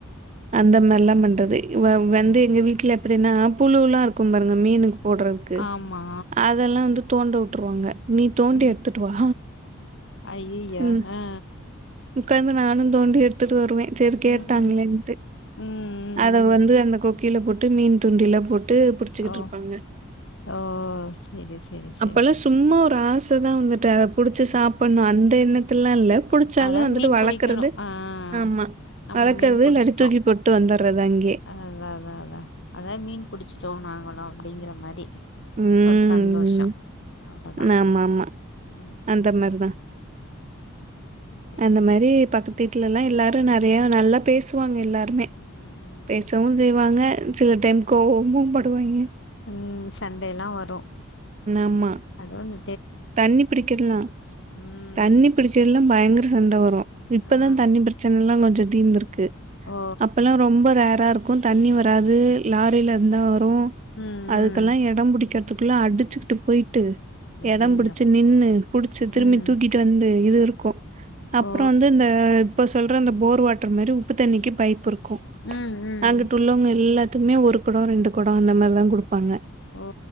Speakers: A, on the right (about 30°); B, on the left (about 55°).
A: அந்த மாரில்லா பண்றது வ வந்து
B: ஆ
A: எங்க வீட்ல எப்டினா புழுல்லா இருக்கும் பாருங்க மீனு போட்றதுக்கு
B: ஆமா
A: அதல்லா வந்து தோண்ட வுட்ருவாங்க நீ தோண்டி
B: ம்
A: எடுத்துட்டு வா
B: ஐய்யய்ய
A: ம்
B: அ
A: உக்காந்து நானு தோண்டி எடுத்துட்டு வருவே சேரி கேட்டாங்களேன்ட்டு
B: ம் ம் ம்
A: அத
B: ம்
A: வந்து அந்த கொக்கில போட்டு மீன் தூண்டில போட் டு புடிச்சுக்கிட்டு
B: ஓ
A: இருப்பாங்க
B: ஓ செரி செரி செரி
A: அப்பல்லா
B: செரி
A: சும்மா ஒரு ஆச இப்ப தா வந்துட்டு அத புடுச்சு சாப்பன்ணு அந்த எண்ணத்துலலா இல்ல புடிச்சாலு
B: அதாவது
A: வந்துட்டு
B: மீன்
A: வளக்கறது
B: புடிக்கணு ஆ ஆ ஆ
A: ஆமா
B: நம்ம
A: வளக்கறது
B: மீன் புடிச்சுட்டோ
A: இல்லாட்டி தூக்கி போட்டு வந்துர்றது அங்கயே
B: அதா அதா அதா அதா அதா மீன் புடுச்சுட்டோ நாங்களு அப்டிங்கிற மாரி
A: ம்.
B: ஒரு சந்தோஷோ அவ்ளோதா
A: ஆமா ஆமா
B: ம்
A: அந்த மாரிதா
B: சேரி
A: அந்த
B: சேரி
A: மாரி பக்கத்து வீட்லல்லா எல்லாரு நெறைய நல்லா பேசுவாங் எல்லாருமே
B: ம்
A: பேசவு செய்வாங்க சில டைம் கோவமு படுவாய்ங்க
B: ம் சண்டேல்லா வரு
A: ஆமா.
B: அது வந்து
A: தண்ணி புடிக்கற்லா
B: ம்
A: தண்ணி புடிக்கறதுல்லா பயங்கர சண்ட வரு இப்பதா
B: ஆ
A: தண்ணி ப்ரச்சனல்லா கொஞ்ச தீந்திருக்கு
B: ஓ
A: அப்பல்லா ரொம்ப ரே ராருக்கு தண்ணி வராது
B: ம்
A: லாரில இருந்தா வ ரு
B: ம்
A: அதுக்கெல்லா
B: ம்
A: எடோ புடிக்ற்துக்குள்ள அடிச்சுக்கிட்டு போயிட்டு
B: ஐயையோ
A: எட புடிச்சு நின்னு புடிச்சி திரும்பி
B: ம்
A: தூக்கிட்டு வந்து இது இருக்கு அப்றோ
B: ஓ
A: வந்து இந்த இப்ப சொல்ற இந்த போர் வாட்டர் மாரி உப்பு தண்ணிக்கு பைப் இருக்கு கு
B: ம் ம்
A: அங்க துள்ளவங்க எல்லாத்க்குமே ஒரு குடோ ரெண்டு கொடோ அந்த மாரி தா குடு ப்பாங்க
B: ஓ